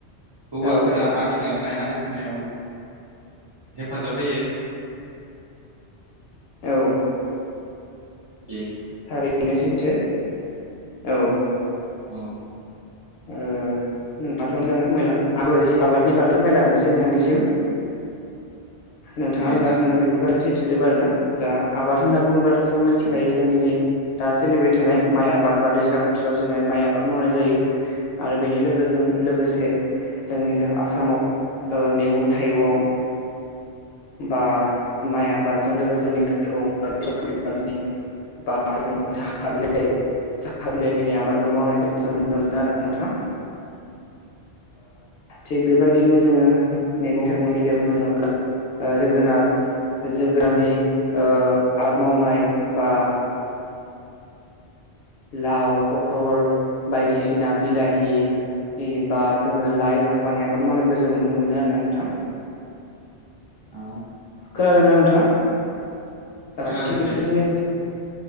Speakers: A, on the right; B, on the left.
A: हौवाफोरा
B: औ
A: आलि दान नाय आलि खोनायाव हेफाजाब होयो
B: औ
A: औ
B: थारैनो सैथो औ
A: औ
B: ए नोंाथ' मोजाङायलांबाय आब एसे आबादनि बागायलांसै नोंथांनिसिम नोंथाङा
A: दे
B: जा
A: जागोन
B: बुंदों बेफोर गारिबो सैथो जबो आरो ना जा आबाद होनना बुङोबाथ' जों मिथिखायो
A: औ
B: जोंनि नै दा सोलिबाय थानाय माइ आबाद बा दैज्लां बोथोराव जोङो माइ आबाद मावनाय जायो आरो बेनि लोगोजों लोगोसे जोंनि जों आसामाव मैगं थाइगं बा माइ आबादजों लोगोसे मैग थाइगं बा बि बिबारनि बा जों साह बिलाय साहा बिलाइनि आबादबो मावनायखौ जों नुनो मोनो आरो नोंथां थिग बेबायदिनो जोङो मैगं थाइगं बिलाइ रोङोब्ला जोगोनार जोगोनारनि आबाद मावनाय बा लाव पथल बायदिसिना बिलाहि ए बा जोङो लाइ लाफानि आबाद मावनायखौ जों नुनो मोनो आरोना नोंथां।
A: औ
B: खोनादोंना नोंथाङा औ
A: खोनादों
B: थि बेबायदिनो
A: दे